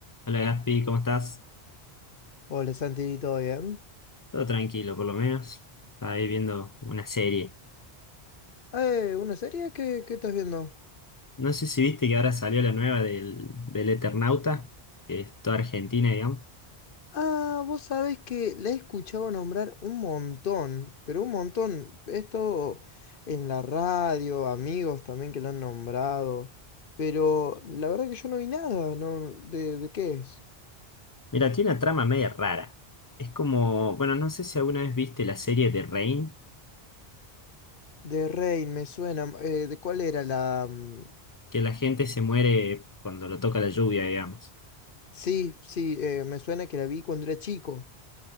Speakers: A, on the left; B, on the left.
A: Hola Gaspi, ¿cómo estás?
B: Hola Santi, ¿todo bien?
A: Todo tranquilo, por lo menos. Estaba ahí viendo una serie.
B: Eh, ¿una serie? ¿Qué, qué estás viendo?
A: No sé si viste que ahora salió la nueva del, del Eternauta, que es toda argentina, digamos.
B: Ah, vos sabés que la he escuchado nombrar un montón, pero un montón. Esto en la radio, amigos también que la han nombrado. Pero la verdad que yo no vi nada, ¿no? ¿De, de qué es?
A: Mira, tiene una trama media rara. Es como, bueno, no sé si alguna vez viste la serie de Rain,
B: De Rain, me suena. eh, ¿de cuál era la...? mm,
A: que la gente se muere cuando lo toca la lluvia, digamos.
B: Sí, sí, eh, me suena que la vi cuando era chico.